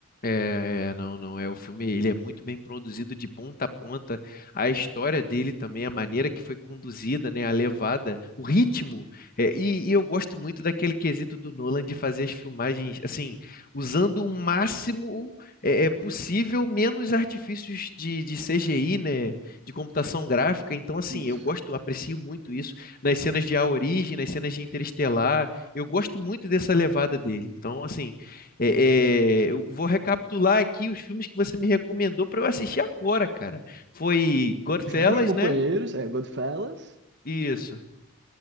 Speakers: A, on the left (about 45°); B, on the right (about 55°).
A: É, é, não, não é. O filme, ele é muito bem produzido de ponta a ponta. A história dele também, a maneira que foi conduzida, né, a levada, o ritmo. É, e, e eu gosto muito daquele quesito do Nolan de fazer as filmagens, assim, usando o máximo é, é, possível, menos artifícios de, de CGI, né, de computação gráfica. Então, assim,
B: Isso.
A: eu gosto, aprecio muito isso nas cenas de A Origem, nas cenas de Interestelar. Eu gosto muito dessa levada dele. Então, assim. É, é, eu vou recapitular aqui os filmes que você me recomendou para eu assistir agora, cara. Foi Godfellas,
B: Os Bons Companheiros,
A: né?
B: é Goodfellas
A: Isso.